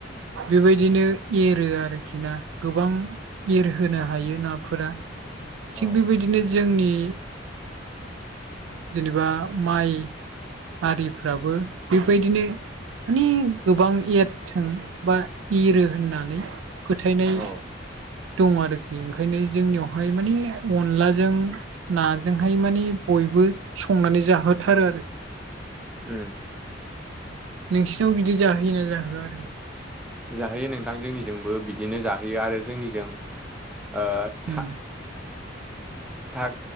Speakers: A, on the right (about 85°); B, in the centre.
A: बेबायदिनो एरो आरोखि ना गोबां एरहोनो हायो नाफोरा। थिग
B: औ
A: बेबायदिनो जोंनि जेनेबा माइ आरिफ्राबो बेबायदिनो माने गोबां एरथों बा एरो होननानै फोथायनाय
B: औ
A: दं आरोखि ओंखायनो जोंनियावहाय माने अनलाजों नाजोंहाय माने बयबो संनानै जाहोथारो आरो।
B: ओ
A: नोंसिनाव बिदि जाहोयोना जाहोआ आरो
B: जाहैयो नोंथां जोंनिजोंबो बिदिनो जाहोयो आरो जोंनिजों ओ
A: उम
B: था था